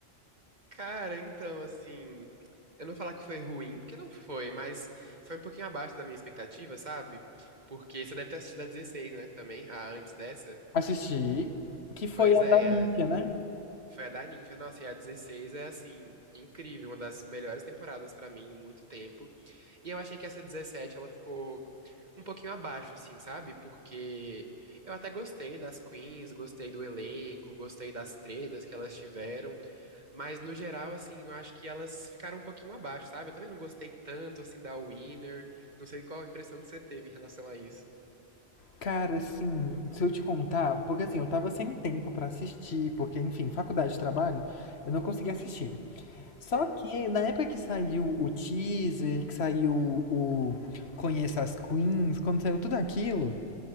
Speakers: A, on the right; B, on the left.
A: Cara, então, assim. Eu não vou falar que foi ruim, porque não foi, mas foi um pouquinho abaixo da minha expectativa, sabe? Porque você deve ter assistido a 16, né? Também, a antes dessa.
B: Assisti, que foi
A: Pois
B: a
A: é,
B: da Mícia,
A: a-
B: né?
A: Foi a da Ninfa, nossa, e a 16 é assim, incrível, uma das melhores temporadas pra mim em muito tempo. E eu achei que essa 17 ela ficou um pouquinho abaixo, assim, sabe? Porque eu até gostei das queens, gostei do elenco, gostei das tretas que elas tiveram, mas no geral, assim, eu acho que elas ficaram um pouquinho abaixo, sabe? Eu também não gostei tanto, assim, da Winner, não sei qual a impressão que você teve em relação a isso.
B: Cara, assim, se eu te contar, porque assim, eu tava sem tempo pra assistir, porque enfim, faculdade, trabalho, eu não consegui assistir. Só
A: Aham,
B: que na época que saiu o teaser, que saiu o Conheça as Queens, quando saiu tudo aquilo,